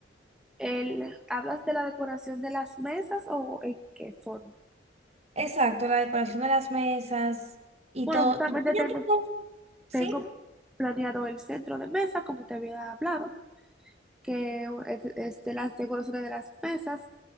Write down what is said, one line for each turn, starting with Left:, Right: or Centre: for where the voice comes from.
Centre: El, ¿hablas de la decoración de las mesas o en qué forma?
Right: Exacto, la decoración de las mesas y
Centre: Bueno,
Right: todo.
Centre: justamente
Right: Y fíjate
Centre: tengo,
Right: que- ¿sí?
Centre: tengo planeado el centro de mesa, como te había hablado, que es, es de las decoraciones de las mesas